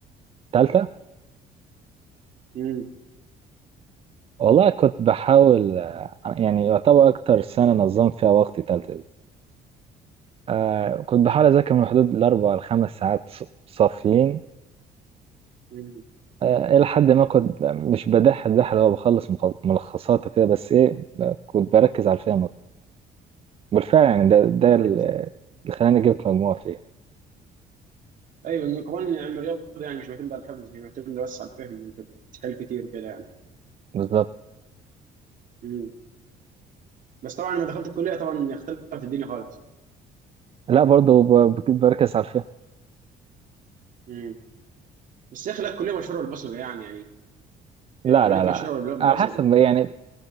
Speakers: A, on the right; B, on the right.
A: تالتة
B: امم
A: والله كنت بحاول آه، يعني يعتبر أكتر سنة نظمت فيها وقتي تالتة دي آه كنت بحاول أذاكر من حدود الأربع لخمس ساعات ص- صافيين
B: امم
A: آه إلى حد ما كنت مش بدح الدح اللي هو بخلص مخ- ملخصات وكده بس إيه آه، كنت بركز على الفهم أكتر بالفعل يعني ده ده
B: اه كويس
A: ال- اللي خلاني جبت مجموعة فيها
B: ايوه إن كمان علم الرياضه يعني مش معتمد على الحفظ هي معتمد بس على الفهم انت بتحل كتير وكده
A: بالظبط
B: يعني بس طبعا لما دخلت الكليه طبعا اختلفت الدنيا خالص
A: لا برضه ب- بركز على الفهم
B: امم بس يا اخي لا الكليه مشهوره بالبصمجه يعني يعني
A: لا
B: كليه
A: لا لا
B: مشهوره بالبصمجه
A: على حسب يعني